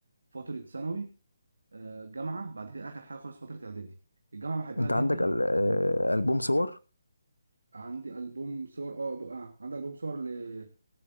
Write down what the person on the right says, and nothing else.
فتره ثانوي آه، جامعه بعد كده اخر حاجه خالص فتره اعدادي الجامعه بحبها
جدا
عندي البوم صور اه بقى عندي البوم صور ل-